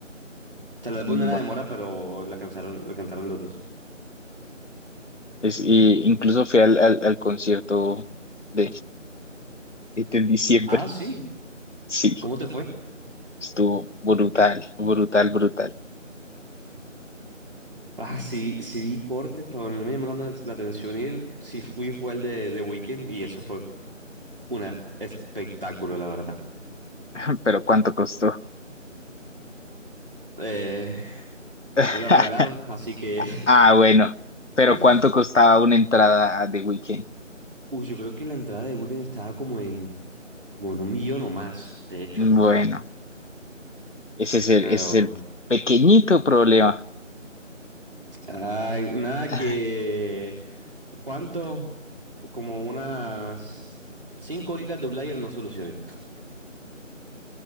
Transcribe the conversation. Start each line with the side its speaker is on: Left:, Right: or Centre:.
Right: O sea, el álbum
Left: Mm,
Right: no era
Left: Bueno,
Right: de Mora, pero la cantaron, la cantaron los dos.
Left: es, y incluso fui al, al, al concierto de, este en diciembre.
Right: Ah, sí.
Left: Sí,
Right: ¿Y cómo te fue?
Left: estuvo brutal, brutal, brutal.
Right: Ah, sí, sí vi cortes, pero no me llamó tanto la atención ir. Sí fui fue el de The Weeknd y eso fue un espectáculo, la verdad.
Left: <laughs> Pero ¿cuánto costó?
Right: Eh,
Left: <laughs>
Right: me lo regalaron, así que...
Left: Ah, bueno, pero
Right: <laughs>
Left: ¿cuánto costaba una entrada a The Weeknd?
Right: Uy, yo creo que la entrada de Weekend estaba como en, como en un millón o más, de hecho.
Left: Bueno, ese es el,
Right: Pero.
Left: ese es el pequeñito problema.
Right: Ay, nada
Left: <laughs>
Right: que... ¿Cuánto? Como unas cinco horitas de Outlier no solucioné.